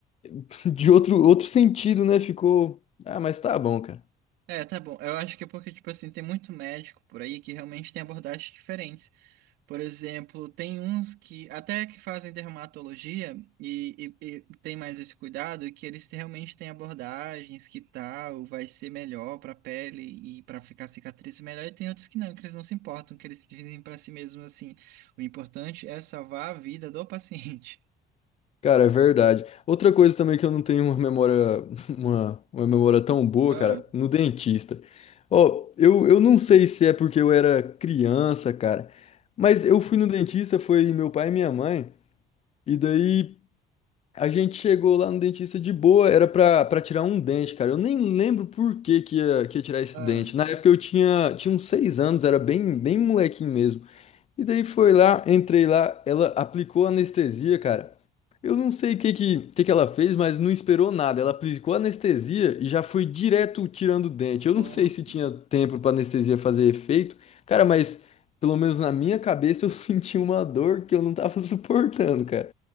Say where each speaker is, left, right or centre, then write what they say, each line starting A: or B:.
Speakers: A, on the left (about 40°); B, on the right (about 85°).
A: <laughs> de outro, outro sentido, né? Ficou. Ah, mas tá bom, cara.
B: É, tá bom. Eu acho que é porque, tipo assim, tem muito médico por aí que realmente tem abordagens diferentes. Por exemplo, tem uns que até que fazem dermatologia e, e, e tem mais esse cuidado, que eles realmente têm abordagens que tal vai ser melhor para a pele e para ficar cicatriz melhor. E tem outros que não, que eles não se importam, que eles dizem para si mesmos assim: o importante é salvar a vida do paciente. <laughs>
A: Cara, é verdade. Outra coisa também que eu não tenho uma memória, <laughs> uma, uma memória tão boa,
B: Ah,
A: cara, no dentista. Ó, eu, eu não sei se é porque eu era criança, cara, mas eu fui no dentista, foi meu pai e minha mãe. E daí A gente chegou lá no dentista de boa, era pra, pra tirar um dente, cara. Eu nem lembro por que que ia, que ia tirar esse
B: ah,
A: dente. Na época eu tinha, tinha uns seis anos, era bem, bem molequinho mesmo. E daí foi lá, entrei lá, ela aplicou anestesia, cara. Eu não sei o que que, que que ela fez, mas não esperou nada. Ela aplicou anestesia e já foi direto tirando o dente. Eu
B: nossa.
A: não sei se tinha tempo pra anestesia fazer efeito, cara, mas pelo menos na minha cabeça eu <laughs> senti uma dor que eu não tava <laughs> suportando, cara.